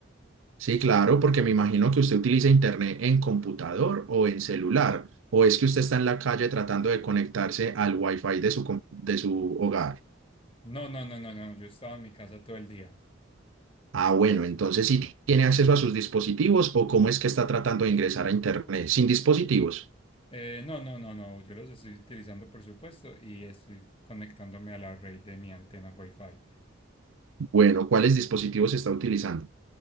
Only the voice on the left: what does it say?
No, no, no, no, no, yo estaba en mi casa todo el día.
Eh, no, no, no, no, yo los estoy utilizando por supuesto y estoy conectándome a la red de mi antena Wi-Fi.